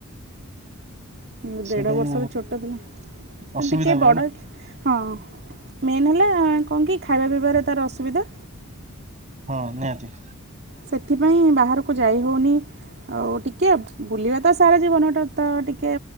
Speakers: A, on the right (about 50°); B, on the right (about 35°).
A: ମୁ ଦେଢ଼
B: ସେଇଟା
A: ବର୍ଷର
B: ବି
A: ଛୋଟ ପିଲା
B: ଅସୁବିଧା
A: ତେଣୁ ଟିକେ
B: ହୁଏ
A: ବଡ଼
B: ନା
A: ହଁ ମେନ୍ ହେଲା କଣ କି ଖାଇବା ପିଇବାରେ ତାର ଅସୁବିଧା
B: ହଁ ନିହାତି
A: ସେଥିପାଇଁ ବାହାରକୁ ଯାଇ ହେଉନି ଆଉ ଟିକଏ ବୁଲିବା ତ ସାରା ଜୀବନଟା ତ ଟିକେ